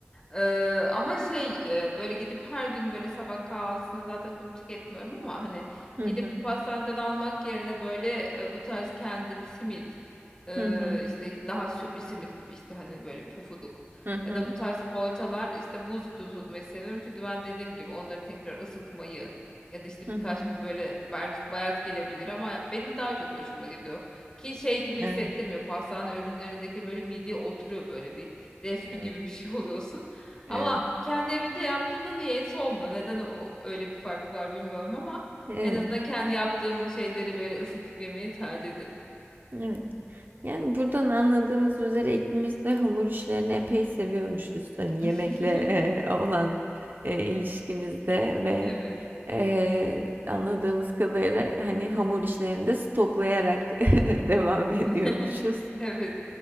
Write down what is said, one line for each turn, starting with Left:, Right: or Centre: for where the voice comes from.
Left: Ee, ama şey e, böyle gidip her gün böyle sabah kahvaltısını zaten çok tüketmiyorum ama hani
Right: Hı
Left: gidip
Right: hı.
Left: pastaneden almak yerine böyle e, bu tarz kendim simit e,
Right: Hı hı.
Left: işte daha sütlü simit gibi işte hani böyle pufuduk
Right: Hı hı.
Left: ya da bu tarz poğaçalar işte buzlukta tutmayı seviyorum çünkü ben dediğim gibi onları tekrar ısıtmayı ya da işte birkaç
Right: Hı hı.
Left: gün böyle belki bayat gelebilir ama benim daha çok hoşuma gidiyor. Ki şey gibi
Right: Evet.
Left: hissettirmiyor. Pastane ürünlerindeki böyle mideye oturuyor böyle bir reflü
Right: Evet.
Left: gibi bir şey <laughs> oluyorsun. Ama
Right: Evet.
Left: kendi evinde yaptığında niyeyse olmuyor. Neden o öyle bir fark var bilmiyorum ama
Right: Evet.
Left: en azından kendi yaptığım şeyleri böyle ısıtıp yemeyi tercih ederim.
Right: Evet. Yani buradan anladığımız üzere ikimiz de hamur işlerini epey seviyormuşuz. Hani yemekle
Left: <laughs>
Right: e, olan e, ilişkimizde ve
Left: Evet.
Right: e, anladığımız kadarıyla hani hamur işlerini de stoklayarak <laughs> devam ediyormuşuz.
Left: <laughs> Evet.